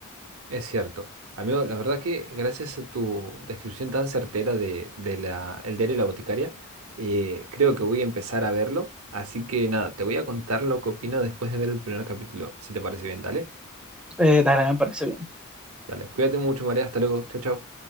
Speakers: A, on the right; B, in the centre.
A: Es cierto. Amigo, la verdad que gracias a tu descripción tan certera de, de la, el diario de la boticaria, eh, creo que voy a empezar a verlo. Así que nada, te voy a contar lo que opino después de ver el primer capítulo, si te parece bien, dale.
B: Eh, dale, me parece bien.
A: Dale, cuídate mucho, María, hasta luego, chao, chao.